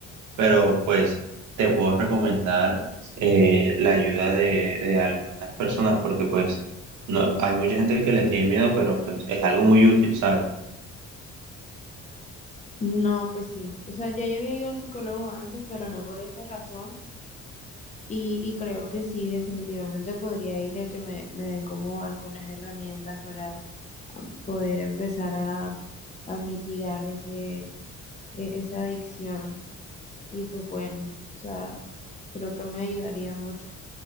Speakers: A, on the right; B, on the left.
A: pero pues te puedo recomendar eh, la ayuda de, de algunas personas porque, pues, no, hay mucha gente que le tiene miedo, pero pues es algo muy útil, ¿sabes?
B: No, pues sí. O sea, ya yo había ido al psicólogo antes, pero no por esta razón. Y, y creo que sí, definitivamente podría ir a que me, me den como algunas herramientas para poder empezar a, a mitigar ese, e- esa adicción. Y pues bueno, o sea, creo que me ayudaría mucho.